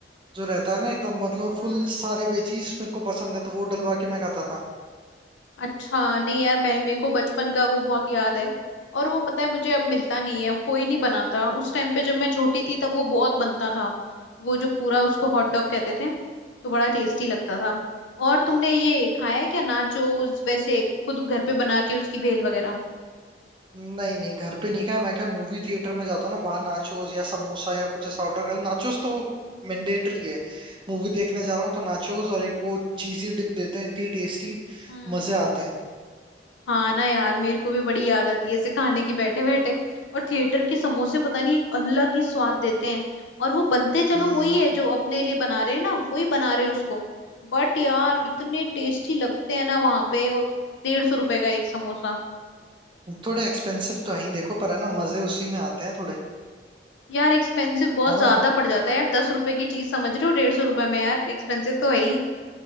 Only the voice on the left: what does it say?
हम्म
अच्छा नहीं यार मैं मेरे को बचपन का वो बहुत याद है और वो पता है मुझे अब मिलता नहीं है कोई नहीं बनाता उस टाइम पे जब मैं छोटी थी तब वो बहुत बनता था वो जो पूरा उसको हॉट डॉग कहते थे तो बड़ा टेस्टी लगता था और तुमने ये खाया है क्या नाचोस वैसे खुद घर पे बना के उसकी भेल वगैरह
हम्म
हाँ ना यार मेरे को भी बड़ी याद आती है ऐसे खाने की बैठे बैठे और थिएटर के समोसे पता नहीं एक अलग ही स्वाद देते हैं और वो बनते चलो
वही है जो अपने लिए बना रहे हैं ना वही बना रहे हैं उसको बट यार इतने टेस्टी लगते हैं ना वहां पे और डेढ़ सौ रुपए का एक समोसा
यार एक्सपेंसिव बहुत
ज्यादा
पड़ जाता है यार दस रुपए की चीज समझ रहे हो डेढ़ सौ रुपए में यार एक्सपेंसिव तो है ही